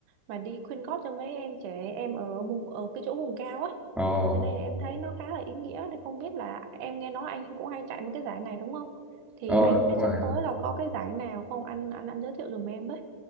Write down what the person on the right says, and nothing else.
mà đi quyên góp cho mấy em trẻ em ở vùng ở cái chỗ vùng cao á
cho nên em thấy nó khá là ý nghĩa thì không biết là em nghe nói anh cũng hay chạy mấy cái giải này đúng không? Thì
anh
biết
sắp tới là có cái giải nào không? Anh anh anh giới thiệu giùm em với.